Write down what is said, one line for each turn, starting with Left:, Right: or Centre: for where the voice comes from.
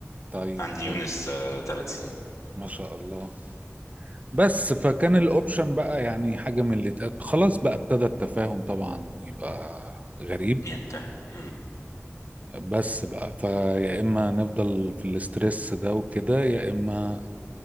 Right: طيب
Left: عندي
Right: كويس
Left: يونس آه ثلاث سنين
Right: ما شاء الله بس فكان الاوبشن بقى يعني حاجة من اللي اتقال خلاص بقى ابتدى التفاهم طبعا يبقى غريب
Left: ينتهي امم
Right: بس بقى فيا اما نفضل في الاسترس ده وكده يا اما